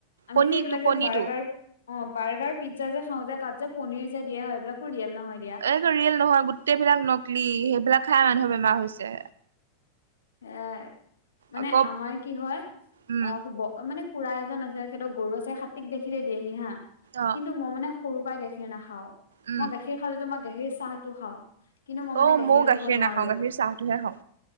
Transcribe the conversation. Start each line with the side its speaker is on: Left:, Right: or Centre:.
Left: আমি
Right: কণীটো
Left: যে এইবিলাক যে
Right: কণীটো
Left: বাৰ্গাৰ অঁ, বাৰ্গাৰ, পিজ্জা যে খাওঁ যে তাত যে পনিৰ যে দিয়া হয় এইবিলাকো ৰিয়েল নহয় দিয়া।
Right: এইটো ৰিয়েল নহয় গোটেই বিলাক নকলি সেইবিলাক খাই মানুহে বেমাৰ হৈছে।
Left: এ মানে,
Right: আকৌ
Left: আমাৰ কি হয়
Right: উম
Left: অঁ শুব অ মানে খুড়া এজন আছে আৰু সিহঁতৰ গৰু আছে হাতীক দেখিলে দিয়েহি হাঁ
Right: অ
Left: কিন্তু মই মানে সৰু পৰাই গাখীৰ নাখাওঁ।
Right: উম
Left: মই গাখীৰ খালেটো মই গাখীৰ চাহটো খাওঁ। কিন্তু মই মানে
Right: অ
Left: গাখীৰ
Right: ময়ো
Left: খাব নোৱাৰোঁ।
Right: নাখাওঁ গাখীৰ চাহটোহে খাওঁ।